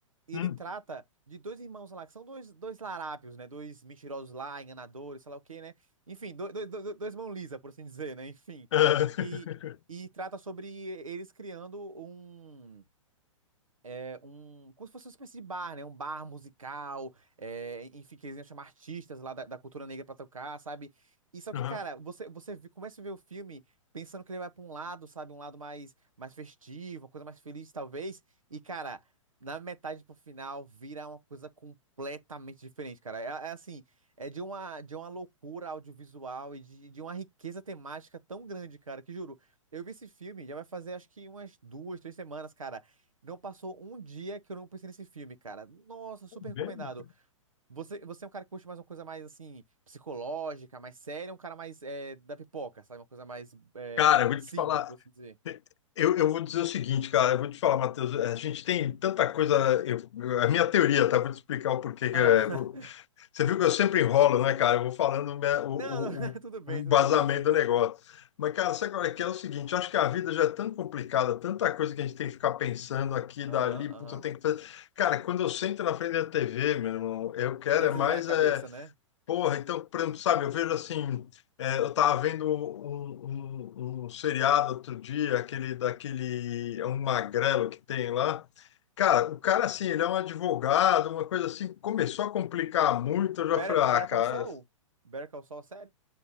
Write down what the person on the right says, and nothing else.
E
ele trata de dois irmãos lá, que são dois, dois larápios, né? Dois mentirosos lá, enganadores, sei lá o quê, né? Enfim, do, do, do- dois mão lisa, por assim dizer, né? Enfim.
E, e trata sobre eles criando um é, um, como se fosse uma espécie de bar, né? Um bar musical, é, enfim, que eles iam chamar artistas lá da, da cultura negra pra tocar, sabe? E só
que, cara, você, você vê- começa a ver o filme pensando que ele vai pra um lado, sabe? Um lado mais, mais festivo, uma coisa mais feliz, talvez. E, cara, na metade pro final vira uma coisa completamente diferente, cara. É, é assim, é de uma, de uma loucura audiovisual e de, de uma riqueza temática tão grande, cara, que juro. Eu vi esse filme, já vai fazer acho que umas duas, três semanas, cara. Não passou um dia que eu não pensei nesse filme, cara. Nossa, super recomendado.
Você, você é um cara que curte mais uma coisa mais, assim, psicológica, mais séria, um cara mais é, da pipoca, sabe? Uma coisa mais é,
simples,
por assim dizer.
Ah,
<laughs>
não, não, <laughs>
tudo bem,
tudo- eu gosto, eu gosto.
Aham, aham.
Quer
desligar
a cabeça,
né?
Better,
Better
Call Saul? Better Call Saul, série?